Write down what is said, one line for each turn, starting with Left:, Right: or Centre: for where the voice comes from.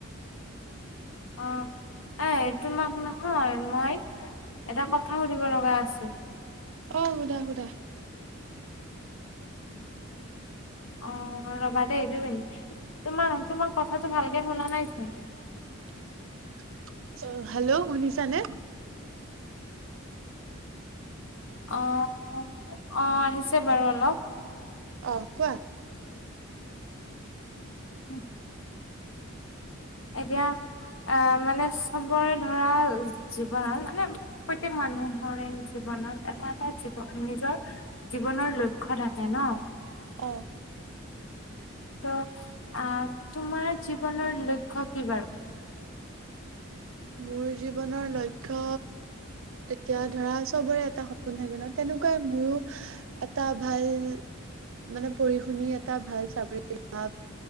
Left: অ এ তোমাক নহয় মই এটা কথা সুধিব লগা আছিল
Right: আহ সোধা সোধা
Left: অ ৰবা দেেই এইটো মিন তোমাৰ তোমাক কথাটো ভালকে শুনা নাইচোন
Right: <inaudible> অ, হেল্ল' শুনিছানে?
Left: আহ-আহ আহিছে বাৰু অলপ
Right: আহ কোৱা?
Left: উম,
Right: <inaudible>
Left: এতিয়া এই, মানে চবৰে ধৰা জীৱন মানে প্ৰত্যেক মানুহৰে জীৱন <unintelligible> এটা-এটা জীৱন নিজৰ জীৱনৰ লক্ষ্য় থাকে ন
Right: আহ,
Left: ত' আহ তোমাৰ জীৱনৰ লক্ষ্য় কি বাৰু
Right: মোৰ জীৱনৰ লক্ষ্য এতিয়া ধৰা চবৰে এটা সপোন থাকে ন তেনেকুৱাই মোৰো এটা ভাল মানে পঢ়ি শুনি এটা ভাল চাকৰি বা